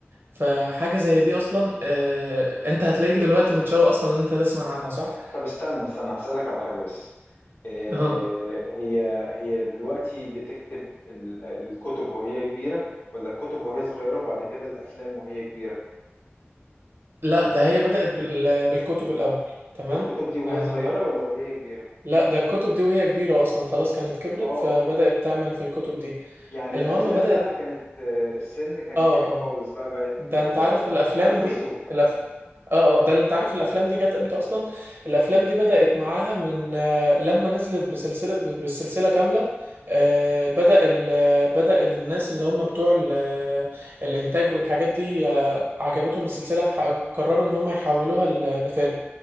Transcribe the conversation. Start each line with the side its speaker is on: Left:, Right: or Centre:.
Right: فحاجة زي دي أصلا آه أنت هتلاقيك دلوقتي متشوق أصلا إن أنت تسمع عنها صح؟
Left: طب استنى استنى هسألك على حاجة بس إيه
Right: اه
Left: هي هي دلوقتي بتكتب ال- الكتب وهي كبيرة ولا الكتب وهي صغيرة وبعد كده الأفلام وهي كبيرة
Right: لا ده هي بدأت بال... بالكتب الأول تمام
Left: الكتب دي وهي
Right: أنا
Left: صغيرة ولا وهي كبيرة
Right: لا ده الكتب دي وهي كبيرة أصلا خلاص كانت كبرت
Left: اه
Right: فبدأت تعمل في الكتب دي
Left: يعني
Right: المهم
Left: الأفلام
Right: بدأت
Left: بقى كانت آه، السن كان
Right: اه
Left: كبر
Right: اه
Left: خالص بقى بقت
Right: ده
Left: آه،
Right: انت عارف الافلام
Left: عارفة
Right: دي
Left: الذوق
Right: الأف... اه اه ده اللي انت عارف الافلام دي جت امتى اصلا الافلام
Left: مم،
Right: دي بدأت معاها من آه، لما نزلت بسلسلة بالسلسلة كاملة آه، بدأ ال... آه، بدأ الناس اللي هم بتوع ال... آه، الانتاج والحاجات دي آه، عجبتهم السلسلة ح- قرروا ان هم يحولوها ل... لفيلم